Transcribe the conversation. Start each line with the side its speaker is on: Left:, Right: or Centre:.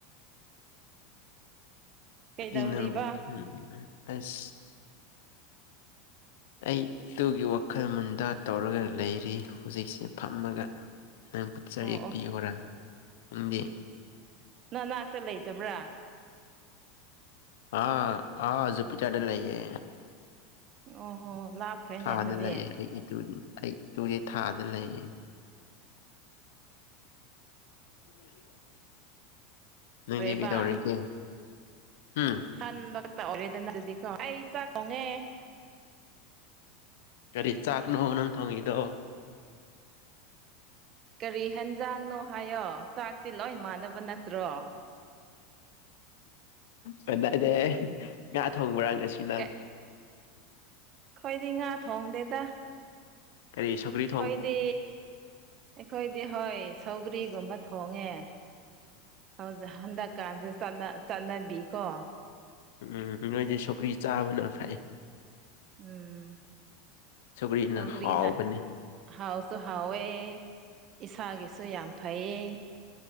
Right: ꯀꯩꯗꯧꯔꯤꯕ
Left: ꯄꯤꯅꯪꯕꯨ ꯎꯝ ꯑꯁ ꯑꯩ ꯏꯇꯨꯒꯤ ꯋꯥꯈꯜ ꯃꯨꯟꯗꯥ ꯇꯧꯔꯒ ꯂꯩꯔꯤ ꯍꯧꯖꯤꯛꯁꯦ ꯐꯝꯃꯒ ꯑꯠꯆ
Right: ꯑꯣ
Left: ꯌꯦꯛꯄꯤ
Right: ꯑꯣ
Left: ꯍꯣꯔꯥ ꯅꯪꯗꯤ
Right: ꯅꯅꯥꯛꯇ ꯂꯩꯇꯕ꯭ꯔꯥ
Left: ꯑꯥ ꯑꯥ ꯖꯨꯄꯤꯇ꯭ꯔꯗ ꯂꯩꯌꯦ
Right: ꯑꯣꯍꯣ ꯂꯥꯞꯈ꯭ꯔꯦꯅꯦ
Left: ꯊꯥꯗ
Right: ꯑꯗꯨꯗꯤ
Left: ꯂꯩꯑꯦ ꯑꯩ ꯏꯇꯨ ꯑꯩ ꯏꯇꯨꯗꯤ ꯊꯥꯗ ꯂꯩꯌꯦ <unintelligible> ꯅꯪꯗꯤ
Right: ꯀꯔꯦꯕ
Left: ꯀꯩ ꯇꯧꯔꯛꯒꯦ ꯎꯝ
Right: ꯍꯟ ꯇ ꯑꯣꯔꯦꯗꯗꯤ ꯀꯣ ꯑꯩ ꯆꯥꯛ ꯀꯣꯉꯦ
Left: ꯀꯔꯤ ꯆꯥꯛꯅꯣ ꯅꯪ ꯊꯣꯡꯉꯤꯗꯣ
Right: ꯀꯔꯤ ꯍꯟꯖꯥꯡꯅꯣ ꯍꯥꯏꯌꯣ ꯆꯥꯛꯇꯤ ꯂꯣꯏ ꯃꯥꯟꯅꯕ ꯅꯠꯇ꯭ꯔꯣ
Left: ꯀꯗꯥꯏꯗ ꯉꯥ ꯊꯣꯡꯕ꯭ꯔꯥ ꯉꯁꯤ ꯅꯪ
Right: ꯀꯩ ꯑꯩꯈꯣꯏꯗꯤ ꯉꯥ ꯊꯣꯡꯗꯦꯗ
Left: ꯀꯔꯤ ꯁꯧꯒꯔꯤ
Right: ꯍꯣꯏꯗꯤ ꯑꯩꯈꯣꯏꯗꯤ ꯍꯣꯏ ꯁꯧꯒ꯭ꯔꯤꯒꯨꯝꯕ ꯊꯣꯡꯉꯦ ꯍꯧꯖꯤꯛ ꯍꯟꯗꯛꯀꯥꯟꯁꯦ ꯆꯠꯅ ꯆꯠꯅꯕꯤ ꯀꯣ
Left: ꯎꯝ ꯅꯣꯏꯗꯤ ꯁꯧꯀ꯭ꯔꯤ ꯆꯥꯕꯅ ꯐꯩ
Right: ꯎꯝ
Left: ꯁꯒꯔꯤꯅ
Right: ꯁꯧꯒ꯭ꯔꯤꯅ
Left: ꯍꯥꯎꯕꯅꯤ
Right: ꯍꯥꯎꯁꯨ ꯍꯥꯎꯋꯦ ꯏꯁꯥꯒꯤꯁꯨ ꯌꯥꯝ ꯐꯩꯌꯦ